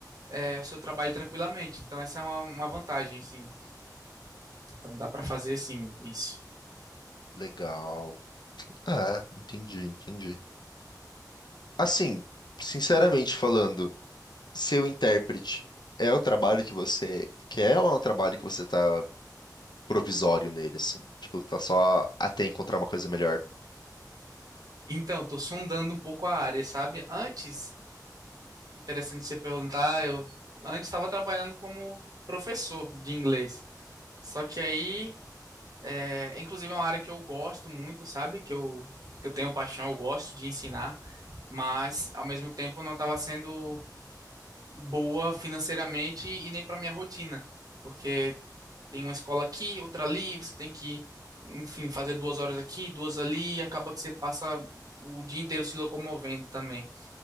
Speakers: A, on the right (about 55°); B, on the left (about 80°).
A: é, o seu trabalho tranquilamente. Então, essa é uma, uma vantagem, sim. Então, dá para fazer, sim, isso.
B: Legal. Ah, entendi, entendi. Assim, sinceramente falando, seu intérprete é o trabalho que você quer ou é um trabalho que você tá provisório nele, assim? Tipo, tá só até encontrar uma coisa melhor?
A: Então, estou sondando um pouco a área, sabe? Antes, interessante você perguntar, eu antes estava trabalhando como professor de inglês. Só que aí, é, inclusive é uma área que eu gosto muito, sabe? Que eu, que eu tenho paixão, eu gosto de ensinar, mas ao mesmo tempo não estava sendo boa financeiramente e nem para minha rotina, porque tem uma escola aqui, outra ali, você tem que, enfim, fazer duas horas aqui, duas ali, e acaba que você passa o dia inteiro se locomovendo também.